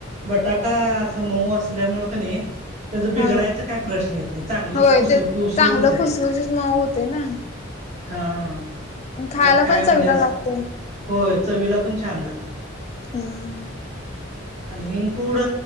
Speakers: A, on the right (about 35°); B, on the left (about 35°).
A: बटाटा असं मऊ असल्यामुळें क नाही. त्याचा बिघडायचा
B: हा
A: काही प्रश्न येत नाही चांगलच
B: होय
A: खुसखुशी
B: ते चांगलं
A: होत्यात.
B: खुसखुशीत मऊ होते ना.
A: हा
B: खायला
A: त्यात काय
B: पण
A: म्हणजे
B: चवीला
A: अस
B: लागते.
A: होय चवीला पण छान लागतेय.
B: ह.
A: आणि हिंग पूड